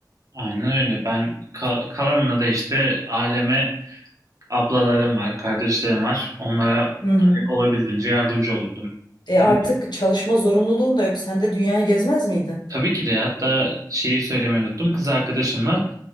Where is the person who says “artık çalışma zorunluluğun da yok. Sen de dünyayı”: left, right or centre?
Left